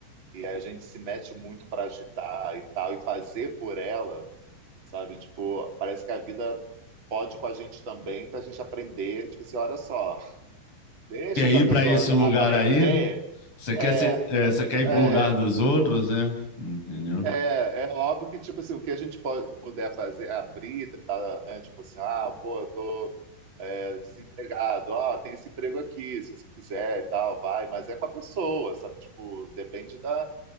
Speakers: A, on the right; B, on the left.
A: e a gente se mete muito para ajudar e tal e fazer por ela, sabe? Tipo, parece que a vida pode com a gente também para a gente aprender. Tipo assim, olha só, deixa
B: Quer
A: essa
B: ir
A: pessoa
B: pra esse lugar
A: aprender.
B: aí? Você quer
A: É,
B: ser, é, você quer ir
A: é,
B: pro lugar dos outros, né? Entendeu?
A: É, é óbvio que, tipo assim, o que a gente pode, puder fazer, abrir, tentar, né, tipo assim, ah, pô, eu tô é, desempregado, ó, tem esse emprego aqui, se você quiser e tal, vai, mas é com a pessoa, sabe, tipo, depende da,